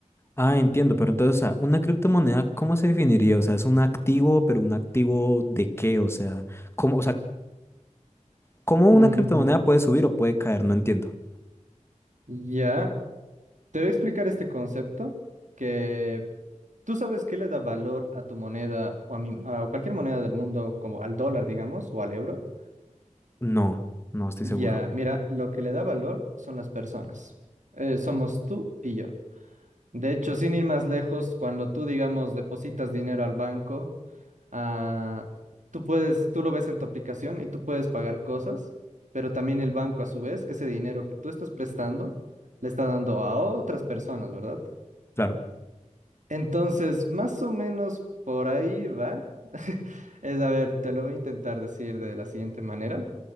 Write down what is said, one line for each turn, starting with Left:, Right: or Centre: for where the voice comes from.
Left: ah, entiendo, pero entonces, o sea, una criptomoneda, ¿cómo se definiría? O sea, es un activo, pero un activo de qué? O sea, ¿cómo, o sea, ¿cómo una
Right: Mm,
Left: criptomoneda puede subir o puede caer? No entiendo.
Right: ya. Te voy a explicar este concepto que tú sabes qué le da valor a tu moneda o a, mi- a cualquier moneda del mundo, como al dólar, digamos, o al euro.
Left: No, no estoy
Right: Ya,
Left: seguro.
Right: mira, lo que le da valor son las personas. Eh, somos tú y yo. De hecho, sin ir más lejos, cuando tú, digamos, depositas dinero al banco, ah, tú puedes, tú lo ves en tu aplicación y tú puedes pagar cosas, pero también el banco, a su vez, ese dinero que tú estás prestando, le está dando a otras personas, ¿verdad?
Left: Claro.
Right: Entonces, más o menos por ahí va. <laughs> Es, a ver, te lo voy a intentar decir de la siguiente manera.